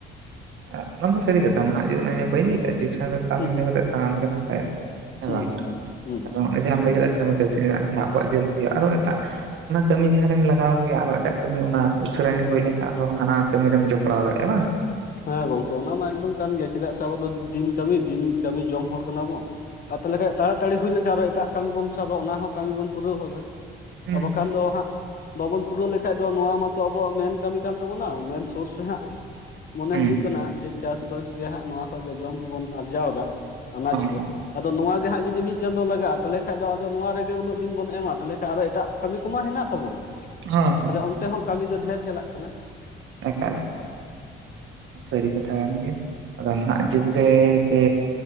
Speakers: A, on the right; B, on the left.
A: ᱮᱯ ᱚᱱᱟ ᱫᱚ ᱥᱟᱹᱨᱤ ᱠᱟᱛᱷᱟ ᱱᱟᱦᱟᱜ ᱡᱩᱜᱽ ᱨᱮ ᱤᱧ ᱵᱟᱹᱧ ᱞᱟᱹᱭᱠᱟᱜ ᱡᱮ ᱡᱩᱜᱽ ᱥᱟᱱᱨᱮᱼᱼ ᱛᱟᱞ
B: ᱦᱩᱸ
A: ᱢᱤᱞᱟᱹᱣ
B: ᱦᱩᱸ
A: ᱠᱟᱛᱮᱜ ᱛᱟᱲᱟᱢ ᱜᱮ ᱱᱟᱯᱟᱭᱟ ᱦᱮᱸ
B: ᱦᱩᱸ
A: ᱵᱟᱝ,
B: ᱦᱩᱸ ᱦᱩᱸ
A: ᱠᱟᱨᱚᱱ ᱡᱟᱦᱟᱸᱢ ᱞᱟᱹᱭ ᱠᱮᱫᱟ ᱠᱟᱹᱢᱤ ᱠᱟᱹᱥᱱᱤ ᱡᱟᱦᱟᱸ ᱟᱵᱚᱣᱟᱜ ᱡᱟᱹᱞᱫᱤᱭᱟᱜ ᱟᱨᱚ ᱮᱴᱟᱜ ᱚᱱᱟ ᱠᱟᱹᱢᱤ ᱡᱟᱦᱟᱸ ᱨᱮᱢ ᱞᱟᱜᱟᱣ ᱠᱮᱭᱟ, ᱟᱨᱚᱸ ᱮᱴᱟᱜ ᱠᱟᱹᱢᱤ ᱚᱱᱟ ᱩᱥᱟᱹᱨᱟ ᱧᱚᱜ ᱦᱩᱭ ᱞᱮᱱᱠᱷᱟᱱ ᱟᱨᱚᱸ ᱦᱟᱱᱟ ᱠᱟᱹᱢᱤ ᱨᱮᱢ ᱡᱚᱯᱲᱟᱣ ᱫᱟᱲᱮᱭᱟᱜᱼᱟ ᱵᱟᱝ ᱾
B: ᱦᱮᱸ ᱜᱚᱝᱠᱮ, ᱚᱱᱟ ᱢᱟ ᱮᱠᱫᱚᱢ ᱠᱟᱱ ᱜᱮᱭᱟ ᱪᱮᱫᱟᱜ ᱥᱮ ᱟᱵᱚ ᱫᱚ ᱫᱤᱱ ᱠᱟᱹᱢᱤ, ᱫᱤᱱ ᱠᱟᱹᱢᱤ ᱡᱚᱢ ᱦᱚᱲ ᱠᱟᱱᱟ ᱵᱚᱱ ᱾ ᱟ ᱛᱟᱦᱞᱮᱠᱟᱡ ᱛᱟᱲᱟ ᱛᱟᱲᱤ ᱦᱩᱭ ᱞᱮᱱᱠᱷᱟᱱ ᱟᱨᱚ ᱮᱴᱟᱜ ᱠᱟᱹᱢᱤ ᱵᱚᱱ ᱥᱟᱵᱟ ᱚᱱᱟ ᱦᱚᱸ ᱠᱟᱹᱢᱤ ᱵᱚᱱ ᱯᱩᱨᱟᱹᱣ ᱦᱚᱫᱟ ᱾
A: ᱦᱩᱸ
B: ᱟ ᱵᱟᱠᱷᱟᱱ ᱫᱚ ᱦᱟᱸᱜ ᱵᱟᱵᱚᱱ ᱯᱩᱨᱟᱹᱣ ᱞᱮᱠᱷᱟᱡ ᱫᱚ ᱱᱚᱣᱟ ᱢᱟᱛᱚ ᱟᱵᱚᱣᱟᱜ ᱢᱮᱱ ᱠᱟᱹᱢᱤ ᱠᱟᱱ ᱛᱟᱵᱚᱱᱟ, ᱢᱮᱱ ᱥᱩᱨᱥ ᱨᱮ ᱦᱟᱸᱜ ᱢᱚᱱᱮ
A: ᱦᱩᱸ
B: ᱦᱩᱭᱩᱜ ᱠᱟᱱᱟ ᱡᱮ ᱪᱟᱥ ᱵᱟᱥ ᱜᱮ ᱦᱟᱸᱜ ᱱᱚᱣᱟ ᱠᱷᱚᱡ ᱜᱮ ᱡᱚᱢ ᱠᱚᱵᱚᱱ ᱟᱨᱡᱟᱣ ᱮᱫᱟ ᱟᱱᱟᱡ
A: ᱦᱳᱭ
B: ᱠᱚ ᱟᱫᱚ ᱱᱚᱣᱟ ᱜᱮ ᱦᱟᱸᱜ ᱡᱩᱫᱤ ᱢᱤᱫ ᱪᱟᱸᱫᱳ ᱞᱟᱜᱟᱜᱼᱟ, ᱛᱟᱦᱚᱞᱮ ᱠᱷᱟᱱ ᱫᱚ ᱟᱫᱚ ᱱᱚᱣᱟ ᱨᱮᱜᱮ ᱩᱱᱟᱹᱜ ᱫᱤᱱ ᱵᱚᱱ ᱮᱢᱟ ᱛᱟᱦᱚᱞᱮ ᱠᱷᱟᱱ ᱟᱨᱚ ᱮᱴᱟᱜ ᱠᱟᱹᱢᱤ ᱠᱚᱢᱟ ᱦᱮᱱᱟᱜ ᱛᱟᱵᱚᱱ ᱜᱮ ᱾
A: ᱦᱚᱭ ᱦᱚᱭ ᱾
B: ᱚᱱᱛᱮ ᱦᱚᱸ ᱠᱟᱹᱢᱤ ᱫᱚ ᱰᱷᱮᱨ ᱪᱟᱞᱟᱜ ᱠᱟᱱᱟ ᱾
A: ᱛᱟᱠᱟᱲᱮ ᱾ ᱥᱟᱹᱨᱤ ᱠᱟᱛᱷᱟ ᱠᱟᱱ ᱜᱮᱭᱟ, ᱟᱫᱚ ᱱᱟᱜ ᱡᱩᱜᱽ ᱨᱮ ᱡᱮ